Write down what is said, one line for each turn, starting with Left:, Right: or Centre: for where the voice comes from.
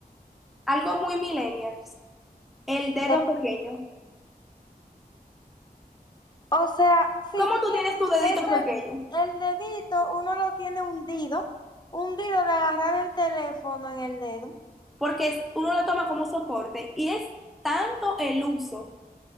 Centre: Algo muy millennials, el dedo
Left: Eh,
Centre: pequeño.
Left: o sea, si
Centre: ¿Cómo
Left: tú
Centre: tú
Left: tienes
Centre: tienes tu dedito
Left: ese,
Centre: pequeño?
Left: el dedito, uno lo tiene hundido, hundido de agarrar el teléfono en el dedo.
Centre: Porque es- uno lo toma como soporte y es tanto el uso